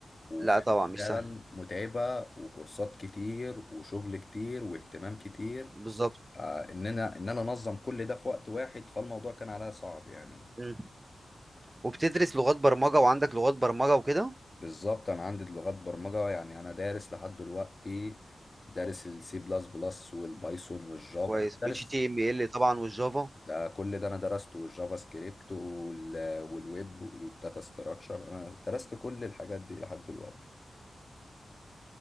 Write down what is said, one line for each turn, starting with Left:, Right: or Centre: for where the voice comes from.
Left: وفعلا
Right: لا طبعا مش
Left: فعلاً
Right: سهل
Left: متعبة وكورسات كتير وشغل كتير واهتمام كتير
Right: بالظبط
Left: آه، ان انا ان انا انظم كل ده في وقت واحد فالموضوع كان عليا صعب يعني
Right: مم. وبتدرس لغات برمجه وعندك لغات برمجه وكده
Left: بالظبط انا عندي لغات برمجه يعني انا دارس لحد دلوقتي دارس السي بلس بلس والبايثون والجافا
Right: كويس
Left: انا دارس
Right: اتش تي ام ال طبعا والجافا
Left: ده كل ده انا درسته والجافا سكريبت وال- والويب والداتا ستراكشر انا درست كل الحاجات دي لحد دلوقتي